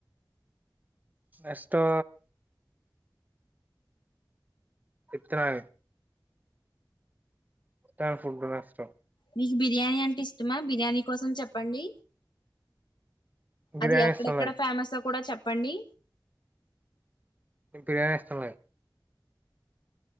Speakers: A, on the right; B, on the left.
A: ఎస్టు చెప్తున్నాయి ట ఫుడ్ నష్టం
B: మీకు బిర్యానీ అంటే ఇష్టమా బిర్యానీ కోసం చెప్పండి
A: బిర్యానీ
B: అది ఎక్కడెక్కడ
A: ఇష్టం లేదు
B: ఫేమస్ కూడా చెప్పండి
A: బిర్యాని ఇష్టంలేదు